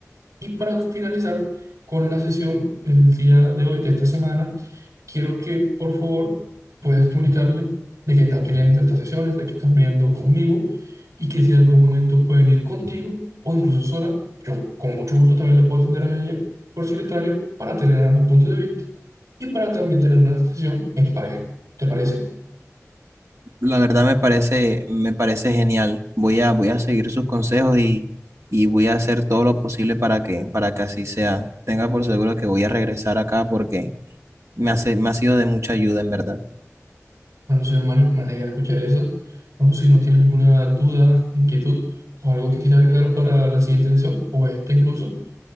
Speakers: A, on the right (about 80°); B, on the right (about 65°).
A: Y para finalizar con la sesión el día de hoy, de esta semana, quiero que por favor puedas comunicarle de que estás viniendo a estas sesiones, de que estás viniendo conmigo y que si en algún momento pueden ir contigo o incluso sola, yo con mucho gusto también la puedo atender a ella por solitario para tener ambos puntos de vista y para también tener una sesión en pareja. ¿Te parece?
B: La verdad me parece, me parece genial. Voy a, voy a seguir sus consejos y, y voy a hacer todo lo posible para que, para que así sea. Tenga por seguro que voy a regresar acá porque me hace, me ha sido de mucha ayuda, en verdad.
A: Bueno, señor Mario, me alegra escuchar eso. No si no tiene alguna duda, inquietud o algo que quiera agregar para la siguiente sesión o esta incluso.